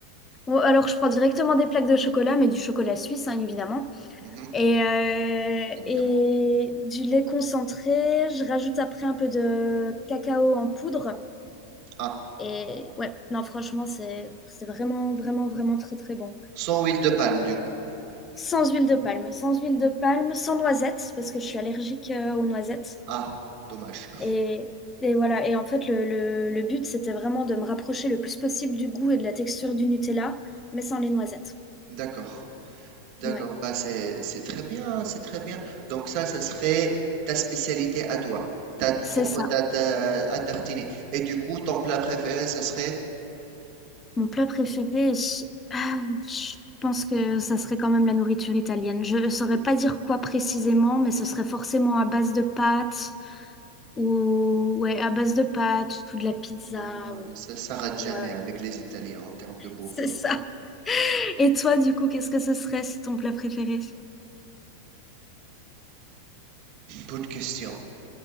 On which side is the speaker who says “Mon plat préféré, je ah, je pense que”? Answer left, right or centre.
Left